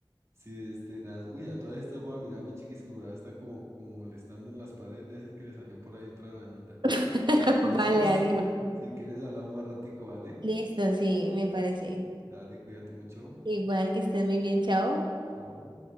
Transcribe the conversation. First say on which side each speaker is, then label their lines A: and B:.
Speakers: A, on the right; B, on the right.
A: Sí, este, nada. Uy, a todas estas voy a mirar a mis chiquis que por ahí están como, como molestando en las paredes, debe ser que le salió por ahí otra arañita.
B: <laughs>
A: Entonces,
B: Vale, Alejo.
A: <laughs> si quieres hablar más ratico, ¿vale?
B: Listo, sí, me parece.
A: Dale, cuídate mucho.
B: Igual que estés muy bien, chao.
A: Chao.